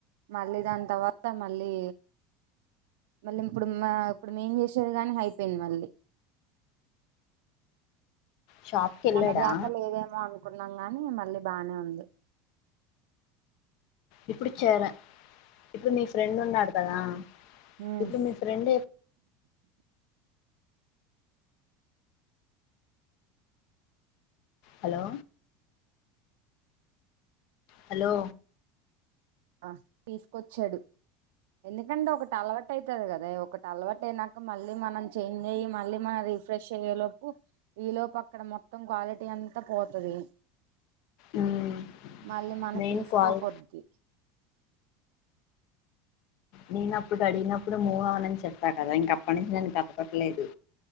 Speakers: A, on the right (about 80°); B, on the left (about 55°).
A: మళ్ళీ దాని త వ త్త మళ్ళీ మళ్ళీ ఇంప్పుడు మా ఇప్పుడు మేం చేసేది గానీ అయిపోయింది మళ్ళీ
B: షాప్ కి వెళ్ళాడా
A: మొన్నటి దాకా లేదేమో అనుకున్నాంగా ని మళ్ళీ బానే ఉంది
B: ఇప్పుడు చేర ఇప్పుడు నీ ఫ్రెండ్ ఉన్నాడు కదా
A: మ్మ్
B: ఇప్పుడు మీ ఫ్రెండ్ హలో హలో
A: ఆ తీసుకొచ్చాడు ఎందుకంటే ఒకటి అలవాటై త్తది కదా ఒకటి అలవాటు అయినాక మళ్ళీ మనం చేంజ్ అయ్యి మళ్ళీ మనం రిఫ్రెష్ అయ్యేలోపు ఈ లోపు అక్కడ మొత్తం క్వాలిటీ అంతా పోతది
B: ఉమ్
A: మళ్ళీ మనకి
B: నేను
A: రిస్క్
B: క్వాల్
A: అయిపోద్ది
B: నేనప్పుడు అడిగినప్పుడు మూ అవనని చెప్పా కదా ఇంక అప్పటి నుంచి నేను కథపట్టలేదు